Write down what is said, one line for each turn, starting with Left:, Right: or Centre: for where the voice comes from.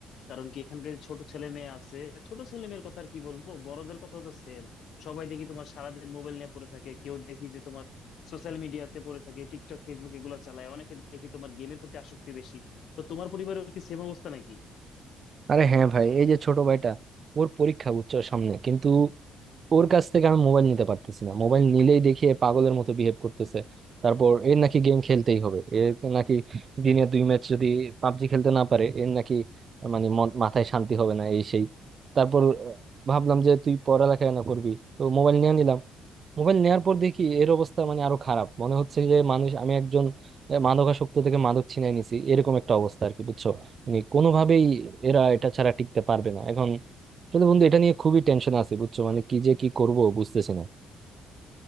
Left: কারণ কি এখানকার ছোট ছেলে মেয়ে আছে ছোট ছেলে মেয়ের কথা আর কি বলবো বড়দের কথাও তো সেম সবাই দেখি তোমার সারাদিন মোবাইল নিয়ে পড়ে থাকে কেউ দেখি যে তোমার সোশ্যাল মিডিয়াতে পড়ে থাকে টিকটক ফেসবুক এগুলো চালায় অনেকে দেখি তোমার গেমের প্রতি আসক্তি বেশি তো তোমার পরিবারেও কি সেম অবস্থা নাকি
Right: আরে হ্যাঁ ভাই এই যে ছোট ভাইটা ওর পরীক্ষা বুঝছো সামনে কিন্তু ওর কাছ থেকে আমি মোবাইল নিতে পারতেছি না মোবাইল নিলেই দেখি এ পাগলের মতো বিহেভ করতেছে তারপর এর নাকি গেম খেলতেই হবে এর নাকি দিনে দুই ম্যাচ যদি পাবজি খেলতে না পারে এর নাকি মানে মন- মাথায় শান্তি হবে না এই সেই তারপর আহ, ভাবলাম যে তুই পড়ালেখা না করবি তো মোবাইল নিয়ে নিলাম মোবাইল নেওয়ার পর দেখি এর অবস্থা মানে আরো খারাপ মনে হচ্ছে যে মানুষ আমি একজন আহ, মাদকাসক্ত থেকে মাদক ছিনাই নিছি এরকম একটা অবস্থা আর কি বুঝছো মানে কোনোভাবেই এরা এটা ছাড়া টিকতে পারবে না এখন আসলে বন্ধু এটা নিয়ে খুবই টেনশন আছে বুঝছো মানে কি যে কি করব বুঝতেছি না